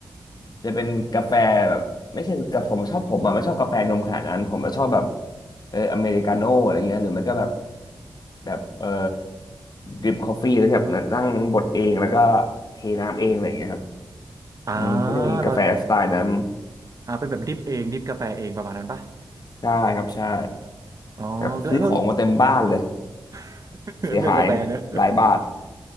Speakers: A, on the left (about 50°); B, on the right (about 40°).
A: จะเป็นกาแฟแบบไม่ใช่กาแฟผมชอบผมอ่ะไม่ชอบกาแฟนมขนาดนั้นผมจะชอบแบบเอออเมริกาโน่อะไรเงี้ยหรือไม่ก็แบบแบบเออดริปคอฟฟี่แล้วที่แบบนั่งบดเองแล้วก็เทน้ำเองอะไรอย่างเงี้ยครับ
B: อ่า
A: อืมก็จะเป็นกาแฟสไตล์นั้น
B: เราอ่าเป็นแบบดริปเองดริปกาแฟเองประมาณนั้นปะ
A: ใช่ครับใช่
B: อ๋อแล้วแล้วแล้ว
A: แบบซื้อของมาเต็มบ้านเลย
B: <laughs>
A: เสียหาย
B: เรื่องกาแฟเนอะ
A: หลายบาท